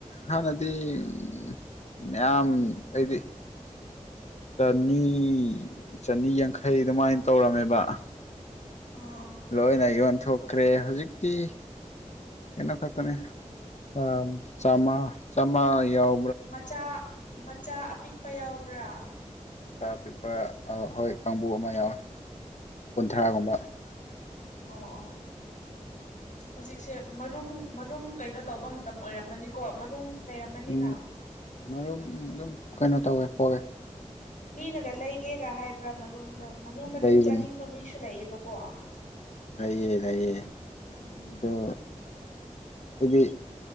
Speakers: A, on the left (about 60°); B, on the left (about 80°).
A: ꯍꯥꯟꯅꯗꯤ ꯎꯝ ꯃꯌꯥꯝ ꯑꯩꯗꯤ ꯆꯅꯤ ꯆꯅꯤ ꯌꯥꯡꯈꯩ ꯑꯗꯨꯃꯥꯏꯅ ꯇꯧꯔꯝꯃꯦꯕ
B: ꯑꯥ ꯑꯥ
A: ꯂꯣꯏꯅ ꯌꯣꯟꯊꯣꯛꯈ꯭ꯔꯦ ꯍꯧꯖꯤꯛꯇꯤ ꯀꯩꯅꫭ ꯈꯥꯛꯇꯅꯦ ꯆꯥꯝ ꯆꯥꯝꯃ ꯌꯥꯎ
B: ꯃꯆꯥ ꯃꯆꯥ ꯑꯄꯤꯛꯄ ꯌꯥꯎꯕ꯭ꯔꯥ
A: ꯃꯆꯥ ꯑꯄꯤꯛꯄ ꯑꯥ ꯍꯣꯏ ꯀꯥꯡꯕꯨ ꯑꯃ ꯌꯥꯎꯋꯦ
B: ꯎꯝ
A: ꯀꯨꯟꯊ꯭ꯔꯥꯒꯨꯝꯕ
B: ꯎꯝ ꯑꯣ ꯑꯣ ꯍꯧꯖꯤꯛꯁꯦ ꯃꯔꯨꯝ ꯃꯔꯨꯝ ꯀꯩꯅꯣ ꯇꯧꯕ ꯃꯇꯝ ꯑꯣꯏꯔꯝꯃꯅꯤꯀꯣ ꯃꯔꯨꯝ ꯂꯩꯔꯝꯃꯅꯤꯅ
A: ꯎꯝ ꯃꯔꯨꯝ ꯑꯗꯨꯝ ꯀꯩꯅꯣ ꯇꯧꯋꯦ ꯄꯣꯛꯑꯦ
B: ꯃꯤꯅꯒꯔꯂ ꯆꯒꯦꯒ ꯍꯥꯏꯕ꯭ꯔꯥ ꯃꯔꯨꯝꯗꯣ ꯉꯥꯅꯨ ꯃꯔꯨꯝ
A: ꯂꯩꯕꯅꯤ
B: ꯆꯥꯅꯤꯡꯕ ꯃꯤꯁꯨ ꯂꯩꯌꯦꯕꯀꯣ
A: ꯀ ꯂꯩꯑꯌꯦ
B: ꯎꯝ
A: ꯗ ꯑꯩꯗꯤ